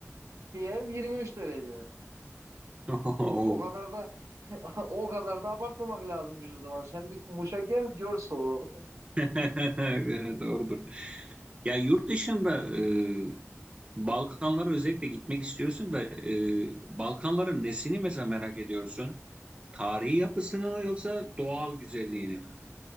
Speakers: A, on the right; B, on the right.
A: Kiev 23 derece.
B: <laughs>
A: O kadar da <laughs> o kadar da abartmamak lazım bir zaman. Sen bir Muş'a gel gör soğuğu.
B: Evet, Doğrudur. Ya yurt dışında e, Balkanlara özellikle gitmek istiyorsun da e, Balkanların nesini mesela merak ediyorsun? Tarihi yapısını mı yoksa doğal güzelliğini mi?